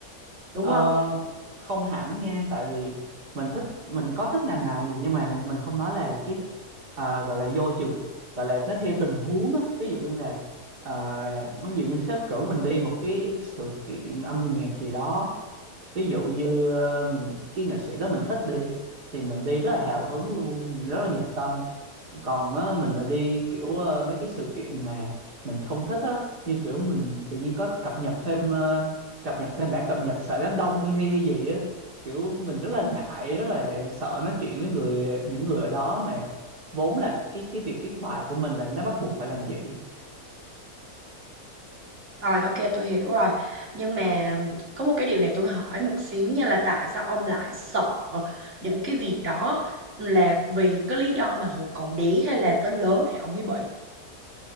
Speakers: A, on the right (about 45°); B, on the right (about 90°).
A: đúng
B: Ờ,
A: không?
B: không hẳn nha tại vì mình thích mình có thích ngành này nhưng mà mình không nói là cái ờ, gọi là vô trường gọi là nó theo tình huống á ví dụ như là ờ, ví dụ như sếp cử mình đi một cái sự kiện âm nhạc gì đó ví dụ như ờ, mình cái nghệ sĩ đó mình thích đi thì mình đi rất là hào hứng luôn mình rất là nhập tâm còn á, mình mà đi kiểu ờ, mấy cái sự kiện mà mình không thích á như kiểu mình tự nhiên có cập nhật thêm ờ, cập nhật thêm bản cập nhật sợ đám đông hay, hay gì á kiểu mình rất là ngại rất là sợ nói chuyện với người những người ở đó mà vốn là cái cái việc viết bài của mình là nó bắt buộc phải làm vậy
A: Rồi ok tôi hiểu rồi. Nhưng mà có một cái điều này tôi hỏi một xíu nha là tại sao ông lại sợ những cái việc đó là vì những cái lý do mà hồi còn bé hay là tới lớn thì ông mới bị?